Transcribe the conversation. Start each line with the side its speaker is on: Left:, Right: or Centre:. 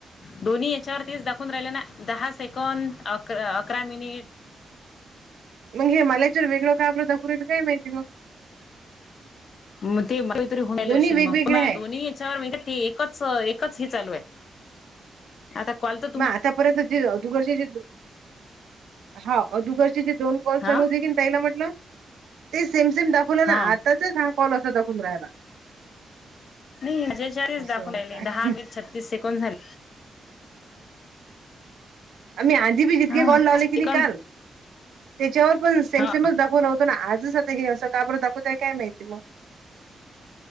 Left: दोनी याच्यावरतीच दाखवून राहिले ना दहा सेकंद अक अकरा मिनिट
Right: मग हे मलाच्वर वेगळ का आपलं दाखवईल काय माहिती मग
Left: मग तेतरी होऊनल
Right: दोन्ही
Left: असेल
Right: वेगवेगळे
Left: मग मा
Right: आहेत
Left: दोन्ही याच्यावर म्हे ते एकच एकच हे चालू आहे आतां कॉल तं
Right: मंग आतांपर्यंत जे अधुगरंचे जे हां अधुगरंचे जे दोन कॉल
Left: हा
Right: चालूं होते की तांईलां म्हटलं ते सेम सेम दाखवलं
Left: हा
Right: नां आताचं हां कॉल असां दाखवूंन राहिलां
Left: नाहीं म्हणजे चाळीसं
Right: असं
Left: दाखवूंन राहीले
Right: काय
Left: दहा मिनिटं छत्तीस सेकोन झाले
Right: आम्हीं आधी जितकें
Left: हा
Right: कॉल लावलें
Left: सेकंद
Right: की नाहीं कांल त्यांच्यावर पणं सेमसेमचं
Left: हा
Right: दाखवतो नां आजंच असं कांबर दाखवतं आहे माहिती नाहीं बां